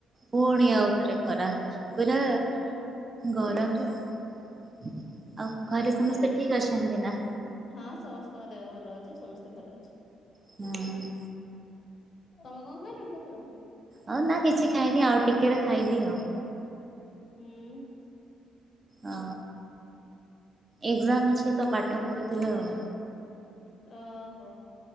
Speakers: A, on the right (about 30°); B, on the left (about 50°).
A: ପୁଣି ଆଉ ଥରେ ଖରା ପୁରା
B: ହୁଁ ହୁଁ ହୁଁ
A: ଗରମରେ
B: ହୁଁ
A: ଆଉ ଘରେ
B: କଣ
A: ସମସ୍ତେ
B: କରିବା
A: ଠିକ ଅଛନ୍ତି ନା?
B: ହଁ ସମସ୍ତଙ୍କ ଦେହ ଭଲ ଅଛି ସମସ୍ତେ ଭଲ ଅଛ।
A: ହୁଁ।
B: ତମେ କଂ ଖଇଲନି ସକାଳୁ?
A: ହଉ ନା କିଛି ଖାଇନି ଆଉ ଟିକେରେ ଖାଇବି ଆଉ।
B: ହୁଁ।
A: ହଁ, ଏକ୍ସାମ ଅଛି ତ
B: ହଁ
A: ପାଠ ପଢୁଥିଲ ଆଉ
B: ଓହୋ